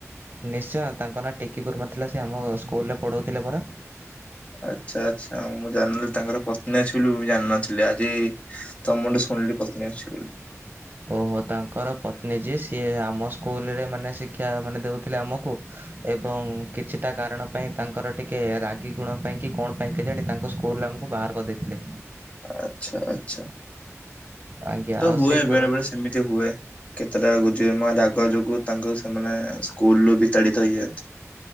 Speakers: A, on the right (about 40°); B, on the left (about 25°).
A: ନିଶ୍ଚୟ! ତାଙ୍କ ନାଁ ଟିକି ଗୁରୁମା ଥିଲା, ସେ ଆମ ସ୍କୁଲରେ ପଢ଼ଉଥିଲେ ପରା।
B: ଆଚ୍ଛା ଆଚ୍ଛା, ମୁଁ ଜାନ୍ଲି ତାଙ୍କର ପତ୍ନୀ ଅଛି ବୋଲି, ମୁଁ ଜାଣିନଥିଲି। ଆଜି ତମ ଠୁ ଶୁ ଥୁଣଲି ପ୍ରଥମେ ଆସଛି ବୋଲି।
A: ଓହୋ! ତାଙ୍କର ପତ୍ନୀ ଯିଏ, ସିଏ ଆମ ସ୍କ ସ୍କୁଲରେ ମାନେ ଶିକ୍ଷା ମାନେ ଦେଉଥିଲେ ଆମକୁ ଏବଂ କିଛିଟା କାରଣ ପାଇଁ ତାଙ୍କର ଟିକେ ଏ ରାଗି ଗୁଣ ପାଇଁ କି କଣ ପାଇଁ କେଜାଣି! ତାଙ୍କୁ ସ୍କୁଲ ରୁ ଆମକୁ ବାହାର କରିଦେଇଥିଲେ।
B: ଆଛା ଆଛା
A: ଆଜ୍ଞା
B: ତ
A: ଆଉ
B: ହୁଏ,
A: ସେ ଗୋର
B: ବେଳେ ବେଳେ ସେମିତି ହୁଏ। କେତେଟା ଗୁଜି ମା ଦାଗ ଯୋଗୁଁ ତାଙ୍କୁ ସେମାନେ ସ୍କୁଲୁ ବିତାଡିତ ହେଇଆନ୍ତି।